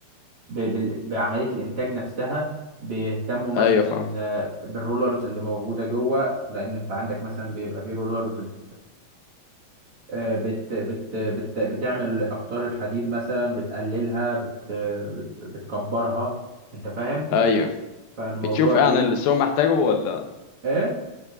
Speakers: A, on the right (about 50°); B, on the left (about 85°).
A: ب... بال- بعملية الإنتاج نفسها بيهتموا مثلا
B: ايوه فاهم
A: آه، بالرولرز اللي موجودة جوه لأن أنت عندك مثلا بيبقى في رولرز بت... آه، بت... بت... بت... بتعمل أقطار الحديد مثلا بتقللها بت... بت... بتكبرها أنت فاهم
B: ايوه
A: فالموضوع
B: بتشوف يعني
A: بيبقى
B: اللي السوق محتاجه ولا
A: إيه؟